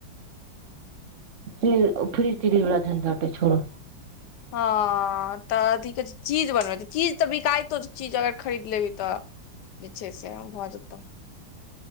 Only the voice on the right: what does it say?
ओ फ्री त्री बला झंझट ऐ छोड़ू